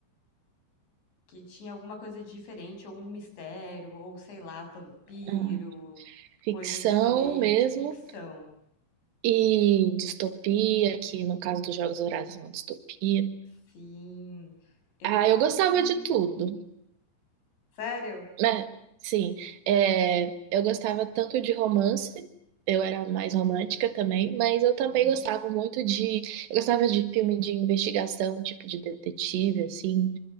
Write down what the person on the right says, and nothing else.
ah, ficção
mesmo.
E distopia, que no caso dos Jogos Vorazes é uma distopia.
Ah,
eu gostava
de tudo,
né? Sim, é, eu gostava tanto de romance, eu era mais romântica também, mas eu também
gostava muito de. Eu gostava de filme de investigação, tipo de detetive, assim.